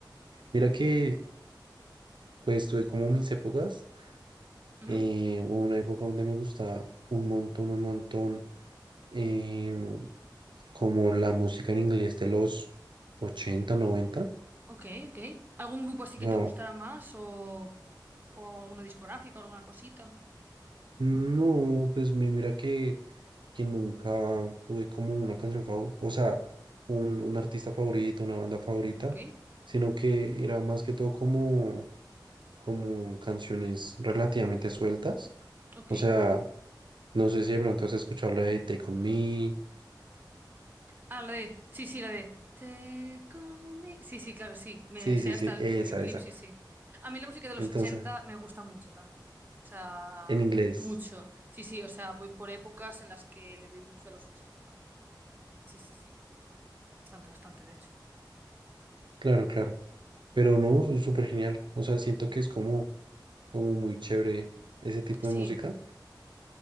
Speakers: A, on the right; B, on the right.
A: Mira que pues tuve como mis épocas
B: Ujú.
A: Eh, hubo una época donde me gustaba un montón, un montón, em, como la música en inglés de los 80 noventa
B: Ok, ok. ¿Algún grupo así
A: O
B: que
A: sea,
B: te gustara más o, o alguna discográfica o alguna cosita?
A: no, pues mi- mira que, que nunca tuve como una canción favorita, o sea, un, un artista favorito, una banda favorita,
B: Ok,
A: sino que era más que todo como, como canciones relativamente sueltas.
B: ok.
A: O sea, no sé si de pronto has escuchado la de Take On Me.
B: Ah, la de. Sí, sí, la de. Te come. Sí, sí, claro, sí. Me
A: Sí,
B: sé
A: sí,
B: hasta
A: sí,
B: el
A: esa,
B: videoclip,
A: esa.
B: sí, sí. A mí la música de los
A: Entonces,
B: 80 me gusta mucho también, ¿eh? O sea,
A: en inglés,
B: mucho. Sí, sí, o sea, voy por épocas en las que le doy mucho a los ochenta Sí, sí, sí. Bastante, bastante, de hecho.
A: claro, claro. Pero no, su- súper genial. O sea, siento que es como, como muy chévere ese tipo
B: Sí,
A: de música.